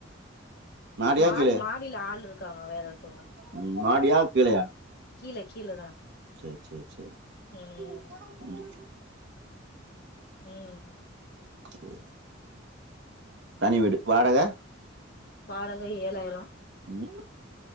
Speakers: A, on the right; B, on the left.
A: மாடியா
B: மாடி
A: கீழே
B: மாடில ஆள்ருக் க்காங்க வேற சும்மா
A: ம், மாடியா கீழயா
B: கீழ கீழதா
A: சேர் சேர் சேர்
B: ம்
A: உம்
B: உம்
A: சேரி தனி வீடு வாடக
B: வாடக ஏழாயிரோ
A: ம்கூ